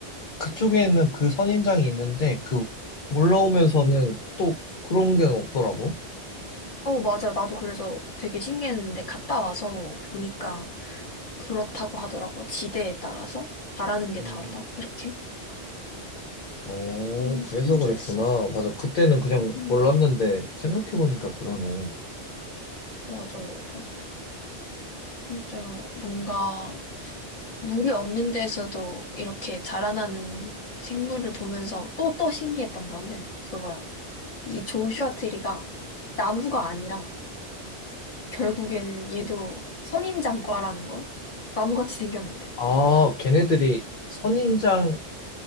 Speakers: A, on the left (about 55°); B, on the left (about 35°).
A: 그쪽에는 그 선인장이 있는데 그 올라오면서는 또 그런 게 없더라고.
B: 어, 맞아. 나도 그래서 되게 신기했는데 갔다 와서 보니까 그렇다고 하더라고. 지대에 따라서 잘하는 게
A: 음.
B: 다르다. 이렇게.
A: 어,
B: 너무 신기했어.
A: 그래서 그랬구나. 맞아. 그때는 그냥
B: 음,
A: 몰랐는데 생각해 보니까 그러네.
B: 맞아, 맞아. 진짜 뭔가 물이 없는 데서도 이렇게 자라나는 생물을 보면서 또, 또 신기했던 거는 그거야. 이 조슈아 트리가 나무가 아니라 결국에는 얘도 선인장과라는 거. 나무같이 생겼는데.
A: 아, 걔네들이 선인장,